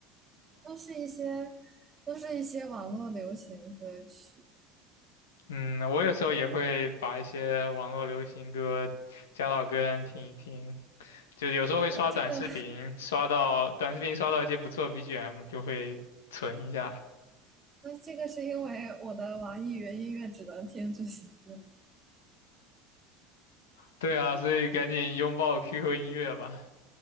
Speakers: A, on the right; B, on the left.
A: 都是一些，都是一些网络流行歌曲。
B: 嗯，我有时候也会把一些网络流行歌加到歌单听一听，就有时候会刷短视频，
A: 那这个
B: 刷到短视频刷到一些不错 BGM 就会存一下。
A: <laughs>，那这个是因为我的网易云音乐只能听这些歌。
B: 对啊，所以赶紧拥抱 QQ 音乐吧，